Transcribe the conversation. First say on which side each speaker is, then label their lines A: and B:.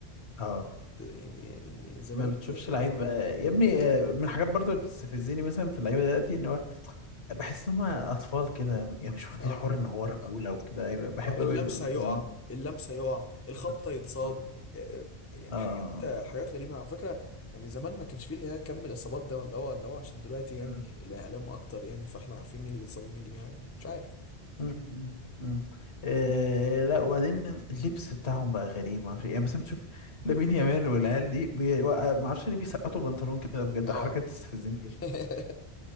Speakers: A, on the left; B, on the left.
A: اه
B: يعني يعني زمان
A: ما بتشوفش
B: فعلا اللعيبه
A: لعيب يا ابني آه، من الحاجات برضو اللي بتستفزني مثلا في اللعيبه دلوقتي ان هو بحس ان هم اطفال كده يعني مش واخدين
B: اه
A: حوار ان هو رجوله وكده ايوه بحب
B: اه
A: قوي
B: اللمسه يقع
A: زمان
B: اللمسه يقع الخبطه
A: بالظبط
B: يتصاب
A: بالظبط.
B: آه، يعني
A: اه آه،
B: حاجات حاجات غريبه على فكره يعني زمان ما كانش فيه اللي هي كم الاصابات ده ولا هو اللي هو عشان دلوقتي يعني
A: آه.
B: الاعلام اكتر يعني فاحنا عارفين مين اللي بيتصاب ومين اللي بيعمل مش عارف
A: مم. مم. آه لا وبعدين اللبس بتاعهم بقى غريب ما اعرفش إيه. يعني مثلا بتشوف لامين يامال والعيال دي بي... ما اعرفش ليه بيسقطوا بنطلون كده بجد
B: اه
A: حركه تستفزني جدا
B: <laughs>